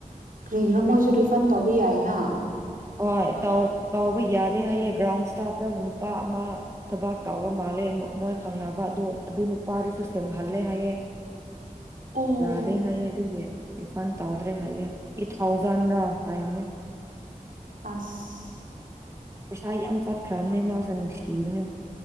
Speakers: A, on the right (about 70°); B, on the right (about 20°).
A: ꯀꯔꯤꯒꯤꯔꯥ ꯃꯣꯏꯁꯨ ꯔꯤꯐꯟ ꯇꯧꯕ ꯌꯥꯏꯅ
B: ꯍꯣꯏ ꯇꯥꯎ ꯇꯥꯎꯕ ꯌꯥꯗꯦ ꯍꯥꯏꯌꯦ ꯒ꯭ꯔꯥꯎꯟ ꯏꯁꯇꯥꯞꯇ ꯅꯨꯄꯥ ꯑꯃ ꯊꯕꯥꯛ ꯇꯥꯎꯕ ꯃꯥꯜꯂꯦ ꯃꯣꯏ ꯈꯪꯅꯕ ꯑꯗꯨ ꯑꯗꯨ ꯅꯨꯄꯥꯗꯨꯁꯨ ꯁꯇꯦꯝ ꯍꯜꯂꯦ ꯍꯥꯏꯌꯦ
A: ꯑꯣ
B: ꯖꯥꯗꯦ ꯍꯥꯏꯌꯦ ꯑꯗꯨꯒꯤ ꯔꯤꯐꯟ ꯇꯧꯗ꯭ꯔꯦ ꯍꯥꯏꯌꯦ ꯑꯦ ꯊꯥꯎꯖꯟꯔꯥ ꯍꯥꯏꯕꯅꯦ
A: ꯑꯁ
B: ꯄꯩꯁꯥ ꯌꯥꯝ ꯆꯠꯈ꯭ꯔꯝꯅꯦ ꯃꯥꯁꯨ ꯅꯨꯡꯁꯤꯕꯅꯦ